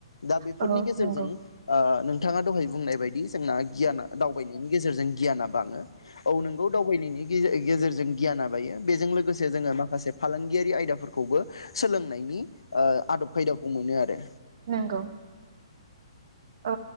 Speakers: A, on the left (about 70°); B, on the right (about 45°).
A: दा बेफोरनि
B: औ
A: गेजेरजों
B: नंगौ
A: ओ नों थाङा दहाय बुंनाय बायदिस जोंना गियाना दावबायनायनि गेजेरजों गियाना बाङो। औ नोंगौ दावबायनायनि। गेज-गेजेरजों गियाना बायो। बेजों लोगोसे जोङो माखासे। फालांगियारि आयदाफोरखौबो सोलोंनायनि। ओ आदब खायदाखौ मोनो आरो।
B: नंगौ ओ